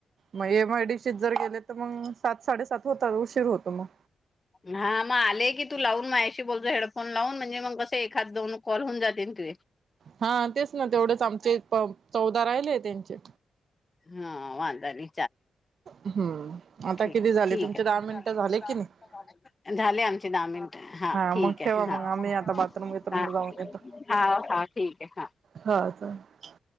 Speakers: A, on the right; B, on the left.
A: मग एमआयडीशीत जर गेले तर मग सात साडेसात होतात उशीर होतो मग
B: हा मग आलेय की तू लावून मझ्याशी बोलतो हेड फोन लावून म्हणजे मग कस एखाद दोन कॉल होऊन जातील तुजे
A: हा तेच ना तेवढेच आमचे चौदा राहिले त्यांचे
B: हा वाांदा नाय
A: हम्म आता
B: ठीक
A: किती झाले
B: ठीक
A: तुमचे
B: आहे
A: दहा मिनिटं झाले की नाही
B: झाले आमचे दहा मिनिट हा ठीक
A: मग
B: आहे
A: ठेवा
B: हा
A: मग आम्ही आता बाथरूम बिथरूमला
B: हा
A: जाऊन येतो
B: हा हा ठीक आहे हा
A: हा <unintelligible>